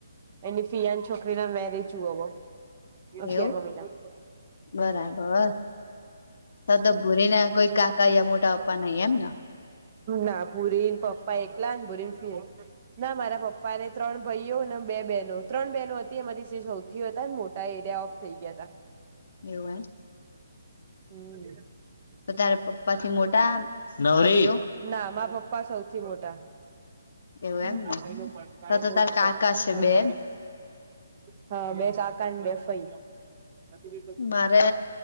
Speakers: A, on the right (about 35°); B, on the left (about 50°).
A: એની ફિયાન છોકરીના મેરેજ જોવોવો. અગિયારમાં
B: એવું
A: મહિનામ.
B: બરાબર ત તો ભૂરીના કોઈ કાકા યા મોટા પપ્પા નહી એમ ન.
A: ના ભુરીન પપ્પા એકલા જ ન ભુરીન ફી એક. ના મારા પપ્..... મારે ત્રણ ભઈઓ અન બે બેહેનો ત્રણ બહેનો હતી. એમાંથી સે સૌથી વધારે મોટા એરિયા ઓફ થઈ ગયા તા.
B: એ <unintelligible>
A: હમ્મ.
B: તો તારે પપ્પાથી મોટા નવરી <unintelligible>
A: ના માં પપ્પા સૌથી મોટા.
B: એવું
A: <unintelligible>
B: એમ ને તો તો તાર કાકા છે બે
A: હા બે કાકાને બે ફઈ <unintelligible>
B: મારે